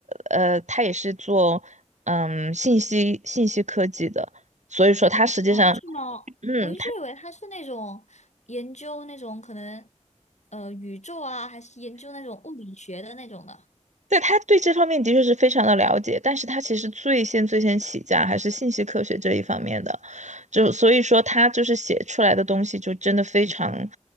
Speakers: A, on the right (about 75°); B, on the left (about 70°).
A: 呃，他也是做嗯信息信息科技的，所以说他实际上，
B: 哦，是吗？
A: 嗯，
B: 我一直以为他是那种研究那种可能，呃，宇宙啊，还是研究那种物理学的那种的。
A: 对，他对这方面的确是非常的了解，但是他其实最先最先起家还是信息科学这一方面的，就所以说他就是写出来的东西就真的非常，